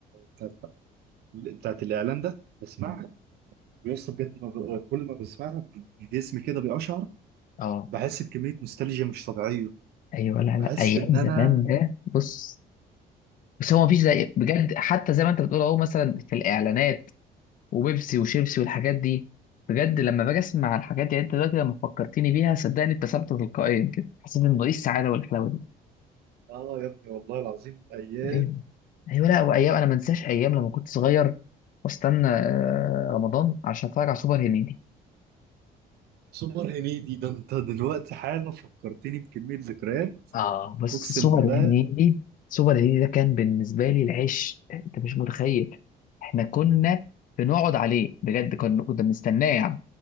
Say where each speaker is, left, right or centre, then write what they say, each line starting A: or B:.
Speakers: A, on the right (about 70°); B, on the left (about 50°).
A: بتاعت, بتاعت الاعلان ده بسمعها ويا اسطى بجد ما ب- كل ما بسمعها جسمي كده بيقشعر
B: اه
A: بحس بكمية نوستالجيا مش طبيعية
B: ايوه لا
A: بحس
B: لا ايام
A: إن
B: زمان
A: أنا
B: ده بص بس هو مفيش زي بجد حتى زي ما انت بتقول اهو مثلا في الاعلانات وبيبسي وشيبسي والحاجات دي بجد لما باجي اسمع الحاجات دي يعني انت دلوقتي لما فكرتني بيها صدقني ابتسمت تلقائيا كده حسيت انه ايه السعاده والحلاوه دي
A: آه يا ابني والله العظيم أيام
B: ايوه ايوه لا وايام انا ما انساش ايام لما كنت صغير واستنى آه، رمضان عشان اتفرج على سوبر هنيدي
A: سوبر هنيدي ده أنت دلوقتي حالا فكرتني بكمية ذكريات
B: اه بس
A: أقسم
B: سوبر
A: بالله
B: هنيدي سوبر هنيدي ده كان بالنسبه لي العيش انت مش متخيل احنا كنا بنقعد عليه بجد كنا كنا بنستناه يعني